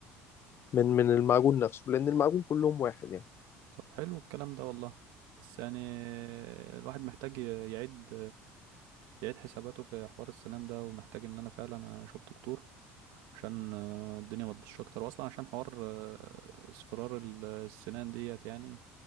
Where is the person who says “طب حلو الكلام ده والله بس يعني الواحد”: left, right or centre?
Right